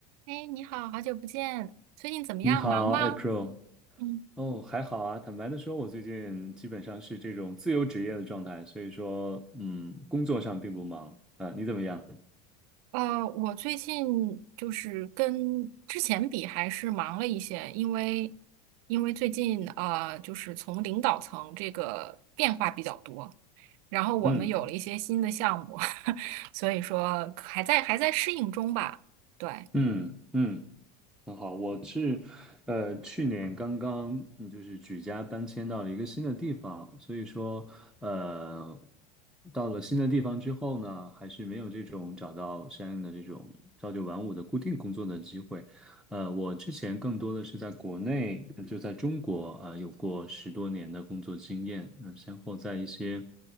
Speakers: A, on the right; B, in the centre.
A: 哎，你好，好久不见，最近怎么样？
B: 你好，April。
A: 忙吗？嗯，
B: 哦，还好啊。坦白的说，我最近基本上是这种自由职业的状态，所以说，嗯，工作上并不忙啊。你怎么样？
A: 呃，我最近就是跟之前比还是忙了一些，因为因为最近呃，就是从领导层这个变化比较多，然后我们有了一些新的项目，
B: 嗯
A: <laughs> 所以说还在还在适应中吧。对，
B: 嗯嗯。很好，我是，呃，去年刚刚嗯就是举家搬迁到了一个新的地方，所以说，呃，到了新的地方之后呢，还是没有这种找到相应的这种朝九晚五的固定工作的机会。呃，我之前更多的是在国内，呃就在中国啊呃，有过十多年的工作经验，嗯、先后在一些。